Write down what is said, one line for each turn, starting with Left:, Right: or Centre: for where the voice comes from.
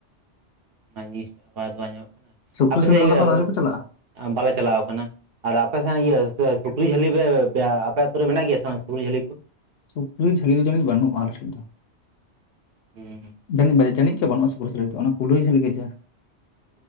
Right: ᱚᱱᱟ ᱡᱤᱱᱤᱥᱴᱟ ᱵᱟᱝ ᱟᱫᱚ ᱵᱟᱝ ᱧᱟᱢᱚᱜ ᱠᱟᱱᱟ
Left: ᱥᱩᱠᱨᱤ
Right: ᱟᱯᱮ
Left: ᱥᱮᱸᱫᱽᱨᱟ
Right: ᱥᱮᱫ <unintelligible>
Left: ᱫᱚ
Right: ᱜᱮ
Left: ᱮᱠᱷᱚᱱ ᱟᱹᱣᱨᱤ ᱯᱮ ᱪᱟᱞᱟᱜᱼᱟ
Right: ᱵᱟᱞᱮ ᱪᱟᱞᱟᱣ ᱠᱟᱱᱟ ᱾ ᱟᱨ ᱟᱯᱮ ᱥᱮᱱ ᱤᱭᱟᱹ ᱥᱩᱠᱨᱤ ᱡᱷᱟᱹᱞᱤ ᱟᱯᱮ ᱟᱹᱛᱩᱩᱨ ᱨᱮ ᱢᱮᱱᱟᱜ ᱜᱮᱭᱟ ᱥᱮ ᱵᱟᱝ ᱥᱩᱠᱨᱤ ᱡᱷᱟᱹᱞᱤ ᱠᱚ?
Left: ᱥᱩᱠᱨᱤ ᱡᱷᱟᱹᱞᱤ ᱫᱚ ᱡᱟᱹᱱᱤᱡ ᱵᱟᱹᱱᱩᱜ ᱟ ᱟᱞᱮ ᱴᱷᱮᱡ ᱫᱚ ᱾
Right: ᱦᱩᱸ ᱾
Left: ᱡᱟᱹᱱᱤᱡ ᱵᱟᱡ ᱡᱟᱹᱱᱤᱡ ᱪᱚ ᱵᱟᱹᱱᱩᱜᱼᱟ ᱥᱩᱠᱨᱤ ᱡᱷᱟᱹᱞᱤ ᱫᱚ ᱚᱱᱟ ᱠᱩᱞᱟᱹᱭ ᱡᱷᱟᱹᱞᱤ ᱜᱮ ᱡᱟ ᱾